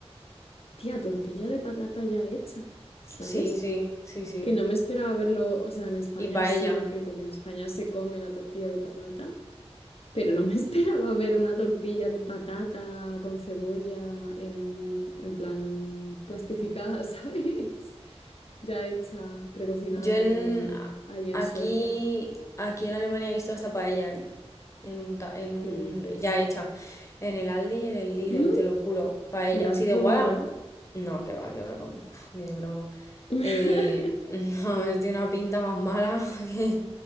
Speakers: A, on the left; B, on the left.
A: tía, tortilla de patata ya hecha, ¿sabes?
B: sí, sí, sí, sí.
A: Que no me esperaba verlo, o sea, en España
B: Y paella.
A: sí, ok, porque en España se come la tortilla de patata. Pero no me <laughs> esperaba ver una tortilla de patata con cebolla en un, en plan plastificada, <laughs> ¿sabes? Ya hecha, precocinada
B: Yo en,
A: en, ahí en
B: aquí,
A: Suecia.
B: aquí en Alemania he visto hasta paella, ¿eh? En un, ta- en un,
A: ¿Qué dices?
B: ya hecha. En el Aldi y en el Lidl,
A: "Mm,
B: te lo juro. Paella.
A: ¿La has
B: Fideuá,
A: probado?
B: no, que va, que va, con- pf, ni de broma.
A: <laughs>
B: Eh, <laughs> no, es de una pinta más mala <laughs> que-